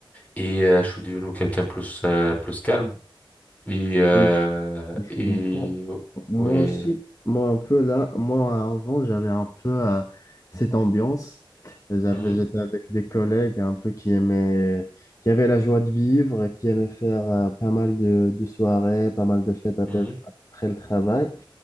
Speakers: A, on the left (about 15°); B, on the left (about 40°).
A: et euh, je suis devenu quelqu'un plus euh, plus calme. Et, euh,
B: Oui, si Je
A: et
B: comprends. Moi
A: ouais.
B: aussi, moi un peu là, moi avant, j'avais un peu euh, cette ambiance. J'avais,
A: Mhm,
B: j'étais avec des collègues un peu qui aimaient, qui avaient la joie de vivre, et qui aimaient faire euh, pas mal de, de soirées, pas mal de fêtes après,
A: mhm.
B: après le travail.